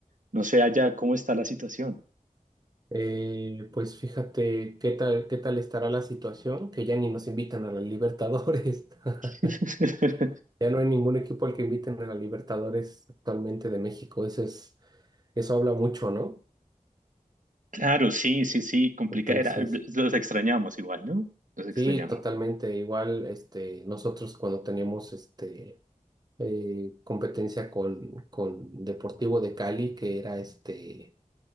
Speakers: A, on the right (about 65°); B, on the right (about 30°).
A: No sé allá cómo está la situación.
B: Eh, pues fíjate qué tal, qué tal estará la situación, que ya ni nos invitan a la Libertadores. <laughs>
A: <laughs>
B: Ya no hay ningún equipo al que inviten a la Libertadores actualmente de México. Eso es, eso habla mucho, ¿no?
A: Claro, sí, sí, sí, complicada
B: Entonces,
A: era. Los extrañamos igual, ¿no? Los extrañamos.
B: sí, totalmente. Igual, este, nosotros cuando teníamos este eh, competencia con, con Deportivo de Cali, que era este